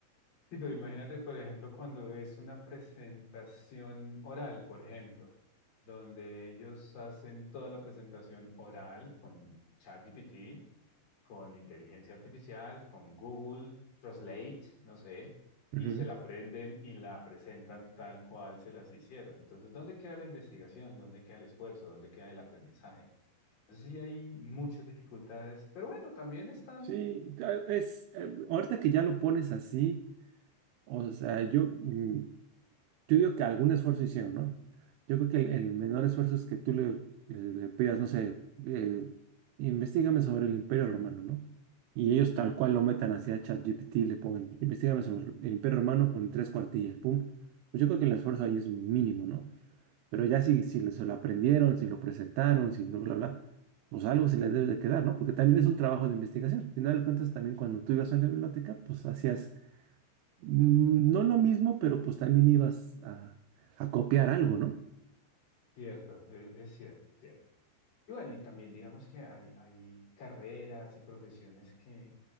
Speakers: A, on the left (about 40°); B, on the right (about 85°).
A: Sí, pero imagínate, por ejemplo, cuando es una presentación oral, por ejemplo, donde ellos hacen toda la presentación oral con ChatGPT, con inteligencia artificial, con Google Translate, no sé,
B: Ujú.
A: y se la aprenden y la presentan tal cual se las hicieron. Entonces, ¿dónde queda la investigación? ¿Dónde queda el esfuerzo? ¿Dónde queda el aprendizaje? Sí hay muchas dificultades, pero bueno, también están.
B: Sí, ta- es, eh, ahorita que ya lo pones así, o sea, yo, mm, Yo digo que algún esfuerzo hicieron, ¿no? Yo creo que el, el menor esfuerzo es que tú le, le- le pidas, no sé, eh, investígame sobre el Imperio Romano, ¿no? Y ellos tal cual lo metan hacia ChatGPT, le ponen, investígame sobre el Imperio Romano con tres cuartillas, pum. Pues yo creo que el esfuerzo ahí es mínimo, ¿no? Pero ya si, si le- se lo aprendieron, si lo presentaron, si no, bla, bla, pues algo se les debe de quedar, ¿no? Porque también es un trabajo de investigación. Al final de cuentas, también cuando tú ibas a la biblioteca, pues hacías Mm, No lo mismo, pero pues también ibas a, a copiar algo, ¿no?
A: Cierto, e- es, cierto, cierto. Y bueno, y también digamos que hay, hay carreras y profesiones que,